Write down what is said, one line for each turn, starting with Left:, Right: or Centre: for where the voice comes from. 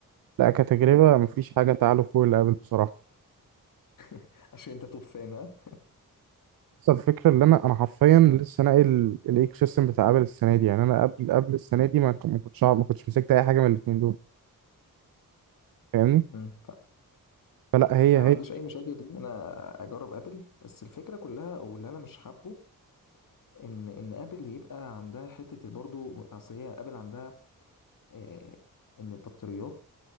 Right: لا كتجربه مفيش حاجه تعالوا فوق اللي قبل بصراحه
Left: <laughs> عشان انت توب فان ها
Right: بس الفكره اللي انا انا حرفيا لسه ناقل الايكو سيستم بتاع ابل السنه دي يعني انا قبل قبل السنه دي ما ك- ما كنتش ما كنتش مسكت اي حاجه من الاثنين دول فاهمني
Left: امم
Right: فلا هي
Left: انا ما عنديش
Right: هي
Left: اي مشاكل ان انا اجرب ابل بس الفكره كلها واللي انا مش حابه ان ان ابل يبقى عندها حته برضو اصل هي ابل عندها آه ان البطاريات